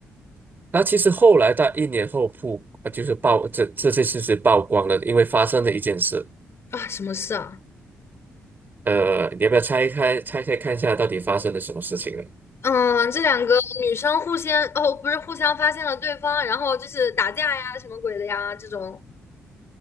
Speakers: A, on the right; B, on the left.
A: 那其实后来在一年后曝，呃就是曝这这这事实曝光了，因为发生了一件事。
B: 啊，什么事啊？
A: 呃，你要不要拆开拆开看一下到底发生了什么事情呢？
B: 嗯，这两个女生互相，哦，不是互相发现了对方，然后就是打架呀，什么鬼的呀，这种，